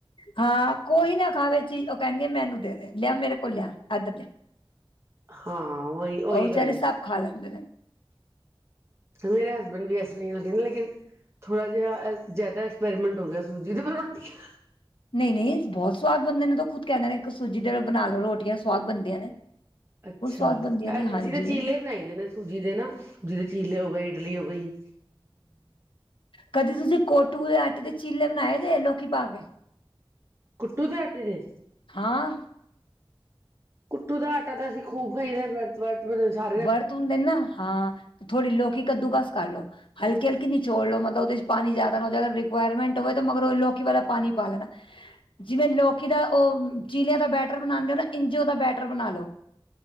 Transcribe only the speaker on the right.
ਹਾਂ ਉਹੀ ਉਹੀ
ਗੱਲ ਏ
ਮੇਰੇ ਹਸਬੈਂਡ ਵੀ ਐਸੇ ਤਰਾ ਦੇ ਹੀਂ ਹੈਗੇ ਲੇਕਿਨ ਥੋੜਾ ਜਿਹਾ ਜ਼ਿਆਦਾ ਐਕਸਪੈਰੀਮੈਂਟ ਹੋ ਗਿਆ ਸੂਜੀ ਦੇ ਬਣਾਉਣਦੀਆ
ਅੱਛਾ
ਅਸੀਂ ਤਾਂ ਚੀਲੇ ਬਣਾਈ ਦੇ ਨੇ ਸੂਜੀ ਦੇ ਨਾ ਸੂਜੀ ਦੇ ਚੀਲੇ ਹੋ ਗਏ ਇਡਲੀ ਹੋ ਗਈ।
ਕੁੱਟੂ ਤੇ ਆਟੇ ਦੇ।
ਕੁੱਟੂ ਦਾ ਆਟਾ ਤਾਂ ਅਸੀਂ ਖੂਬ ਖਾਈਦਾ ਵਰਤ ਵ <unintelligible>
ਹ